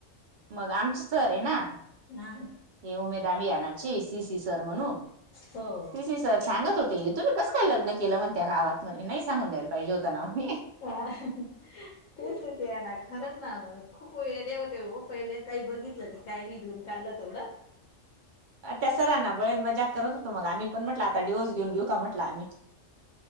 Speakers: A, on the right; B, on the left.
A: मग, आमचीच चर आहे ना?
B: हा.
A: हे उमेद आभियानाची, सी सी सर म्हणून.
B: हो
A: सी सी सर सांगत होते, तुम्ही कसं काय लग्न केलं म्हण त्या गावात म्हणे, नाही सांगून द्यायला पाहिजे हो ना म्हणे
B: हा. तेचते ते आहे ना, खरंच ना खूप वेडे होते हो पहिले. काही बघितलं नाही काय नाही धुऊन काढलं तेवढं.
A: आणि त्या सरांना पण बळेच मजाक करत होतो. मग आम्ही पण म्हटलं, आता डिव्होर्स घेऊन, घेऊ का म्हट आम्ही